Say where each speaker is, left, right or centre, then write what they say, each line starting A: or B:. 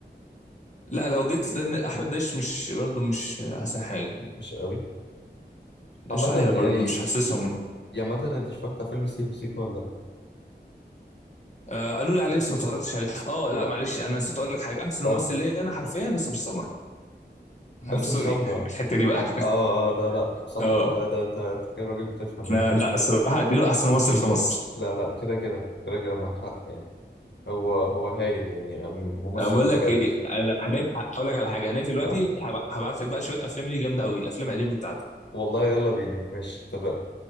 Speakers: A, on the left; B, on the left.
A: لا لو جيت لان احمد داش مش برضه مش احسن حاجه
B: مش قوي عامة
A: مش عارف برضه
B: يعني
A: مش حاسسهم
B: يا مثلا أنت اتفرجت على فيلم سيكو سيكو ولا
A: آه قالوا لي عليه بس ما اتفرجتش عليه اه لا
B: لأ؟
A: معلش انا نسيت اقول لك حاجه احسن
B: اه
A: ممثل ليا انا حرفيا بس مش سمر ام
B: باسم
A: سوري
B: سمرة
A: <laughs> يعني الحته دي بقى
B: اه اه لا لا
A: <laughs>
B: صح
A: اه
B: والله ده أنت أنت كده راجل بتفهم يعني
A: انا لا الصراحه اديله احسن ممثل في مصر
B: لا لا كده كده كده كده معاك حق يعني هو هو هايل يعني ممثل
A: انا بقول
B: بجد
A: لك ايه أنا هنقف- هقول لك على حاجه هنقفل دلوقتي
B: اه
A: هب- هبعت لك بقى شويه افلام ليه جامده قوي الافلام القديمه بتاعتك
B: والله يلا بينا ماشي اتفقنا